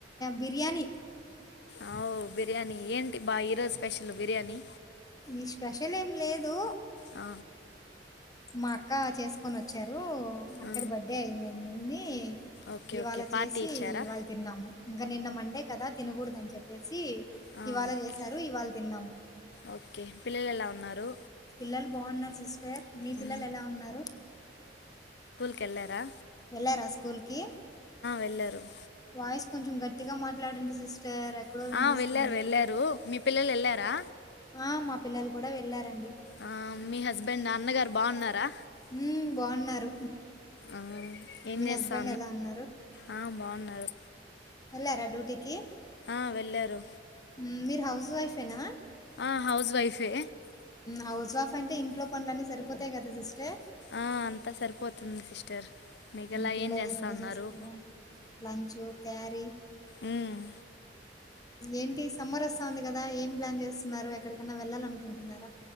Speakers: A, on the left; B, on the left.
A: బిర్యానీ
B: ఆవ్ అ బిర్యానీ ఏంటి బా ఈరోజు స్పెషల్ బిర్యానీ
A: ఈ స్పెషల్ ఏం లేదు
B: ఆ
A: మా అక్క చేసుకొని వచ్చారు అక్కది
B: ఆ,
A: బర్డే అయింది నిన్ని
B: ఓకే
A: ఇవాళ
B: ఓకే
A: చేసి
B: పార్టీ ఇచ్చారా
A: ఇవాళ తిన్నాము ఇంకా నిన్న మండే కదా తినకూడదు అని చెప వచ్చి
B: ఆ
A: ఇవాళ
B: ఓకే
A: చేసారు ఇవాళ తిన్నాము
B: ఓకే పిల్లలు ఎలా ఉన్నారు
A: పిల్లలు బాగున్నారు సిస్టర్ మీ పిల్లలు
B: ఆ
A: ఎలా ఉన్నారు
B: కెళ్ళరా
A: వెళ్ళారా స్కూల్ కి
B: వెళ్ళారు
A: వాయిస్ కొంచెం గట్టిగా మట్ లా సిస్టర్ ఎక్కడో వినిపిస్తుంది
B: ఆ వెళ్ళారు వెళ్ళారు మీ పిల్లలు వెళ్ళారా
A: ఆ మా పిల్లల కూడా వెళ్ళారండి
B: ఆ మీ హస్బెండ్ నాన్నగారు బావున్నారా
A: హుమ్ బావున్నారు
B: ఆ, ఏం
A: మీ
B: చేస్తా
A: హస్బెండ్ ఎలా ఉన్నారు
B: ఆ, ఉన్నారు
A: ఎల్లారా డ్యూటీకి
B: ఆ వెళ్ళారు
A: హ్మ్. మీరు హౌస్ వైఫేనా
B: ఆ హౌస్ వైఫే
A: హౌజ్ వాఫ్ అంటే ఇంట్లో పనులని సరిపోతాయి కదా సిస్టర్
B: ఆ అంతా సరిపోతుంది సిస్టర్ మీకు ఎలా
A: పిల్లల్ని
B: ఏం చేస్తా
A: రెడీ
B: ఉన్నారు
A: చేసుకోవడం లంచు క్యారీ
B: ఉహ్మ్మ్
A: ఏంటి సమ్మర్ వస్తాంది కదా ఏం ప్లాన్ చేస్తున్నారు ఎక్కడికన్నా వెళ్ళాలి అనుకుంటున్నారా